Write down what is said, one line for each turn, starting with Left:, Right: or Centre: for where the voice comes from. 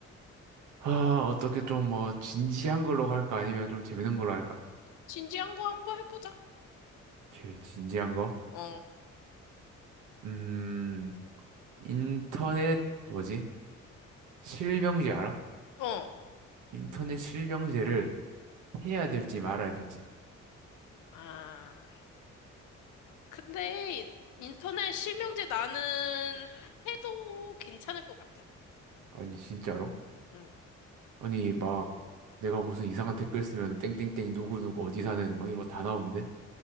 Right: 아, 어떻게 좀 뭐 진지한 걸로 갈까? 아니면 좀 재밌는 걸로 할까?
Left: 진지한 거 한번 해보자.
Right: 오케이, 진지한 거.
Left: 어,
Right: 음, 인터넷, 뭐지? 실명제 알아?
Left: 어.
Right: 인터넷 실명제를 해야 될지 말아야 될지.
Left: 아, 근데 인터넷 실명제 나는 해도 괜찮을 것 같아.
Right: 아니, 진짜로?
Left: 응.
Right: 아니, 막, 내가 무슨 이상한 댓글 쓰면 땡땡땡 누구누구 어디 사는 막 이런 거 다 나오는데?